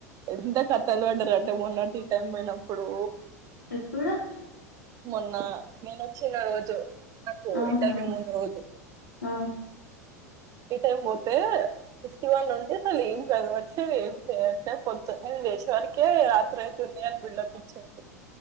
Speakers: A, on the right; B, on the left.
A: ఎంత క తలు పడ్డరు అంటే మొన్న టీ టైం పోయినప్పుడు
B: ఎప్పుడు?
A: మొన్న నేను వచ్చిన రోజు. నాకు
B: ఆహా
A: ఇంటర్వ్యూ ముందు రోజు.
B: ఆ
A: ఈ టైం పోతే ఫిప్టీ వన్ ఉండి అసలు ఏం చదవట్లేదు ఏం చేయట్లేదు పొద్దున్నే లేశే వరకే రాత్రి అయితుంది అని బిల్డప్ ఇచ్చిండు.